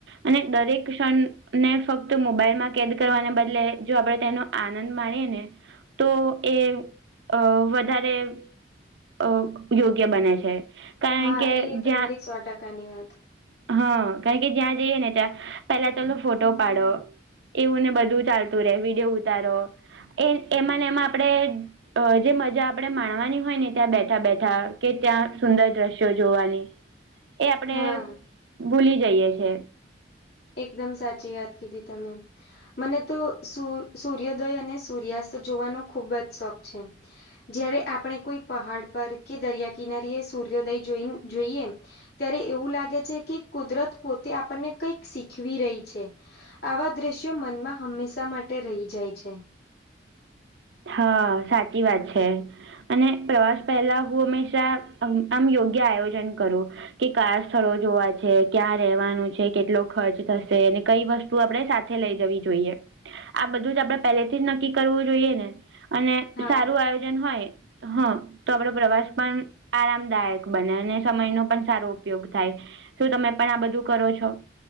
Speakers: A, on the right; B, on the left.
A: અને દરેક ક્ષણ ને ફક્ત મોબાઈલમાં કેદ કરવાને બદલે જો આપણે તેનો આનંદ માણીએ ને તો એ અ વધારે અ યોગ્ય બને છે. કારણ
B: હા
A: કે
B: એ તમારી
A: જ્યાં
B: સો ટકાની વાત
A: હા કારણ કે જ્યાં જઈએ ને ત્યાં પેલા ચલો ફોટો પાડો એવું ને બધું ચાલતું રે વિડયો ઉતારો એ એમાંને એમાં આપડે અ જે મજા આપણે માણવાની હોય ને ત્યાં બેઠા બેઠા કે ત્યાં સુંદર દ્રશ્યો જોવાની એ આપણે
B: હા
A: ભૂલી જઈએ છે.
B: એકદમ સાચી વાત કીધી તમે મને તો સૂ સૂર્યોદય અને સૂર્યાસ્ત જોવાનો ખૂબ જ શોખ છે. જયારે આપણે કોઈ પહાડ પર કે દરિયા કિનારી એ સૂર્યોદય જોઈ જોઈએ ત્યારે એવું લાગે છે, કે કુદરત પોતે આપણને કઈક શીખવી રહી છે, આવા દ્રશ્યો મનમાં હંમેશા માટે રહી જાય છે.
A: હા સાચી વાત છે. અને પ્રવાસ પહેલા હું હંમેશા આમ આમ યોગ્ય આયોજન કરું કે કયા સ્થળો જોવા છે, ક્યાં રેવાનું છે, કેટલો ખર્ચ થશે અને કઈ વસ તુ આપણે સાથે લઈ જવી જોઈએ, આ બધું જ આપણેે પેલેથી જ નક્કી કરવું જોઈએ ને? અને
B: હા
A: સારું આયોજન હોય. હ. તો આપડો પ્રવાસ પણ આરામદાયક બને અને સમયનો પણ સારો ઉપયોગ થાય. શું તમે પણ આ બધું કરો છો?